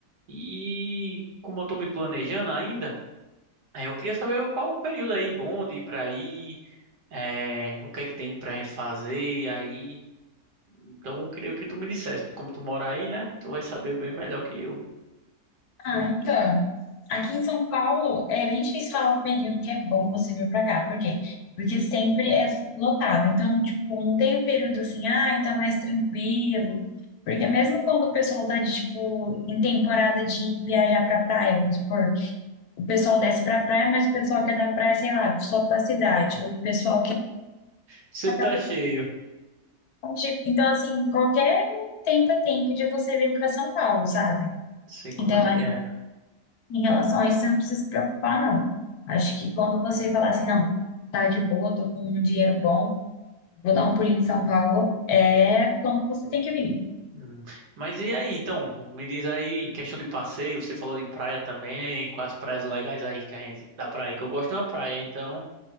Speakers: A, on the right; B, on the left.
A: E como eu tô me planejando ainda, é, eu queria saber qual o período aí bom de ir pra aí, é, o que é que tem pra gente fazer aí. Então eu queria que tu me dissesse, como tu mora aí, né? Tu vai saber bem melhor que eu.
B: Ah, então, aqui em São Paulo é bem difícil falar o período que é bom você vir pra cá. Por quê? Porque sempre é lotado. Então, tipo, não tem um período assim, ai, tá mais tranquilo. Porque mesmo quando o pessoal tá de, tipo, em temporada de viajar pra praia, vamos supor, o pessoal desce pra praia, mas o pessoal que é da praia, sei lá, só pra cidade. O pessoal que é
A: Sempre
B: da capital,
A: tá cheio.
B: tipo, então, assim, qualquer tempo é tempo de você vir pra São Paulo, sabe?
A: Sei como
B: Então,
A: é que é.
B: Em relação a isso, você não precisa se preocupar, não. Acho que quando você falar assim, não, tá de boa, tô com um dinheiro bom, vou dar um pulinho em São Paulo, é quando você tem que vir.
A: Hum. Mas e aí, então? Me diz aí, questão de passeio, você falou de praia também, quais praias legais aí que a gente dá pra ir? Que eu gosto de uma praia, então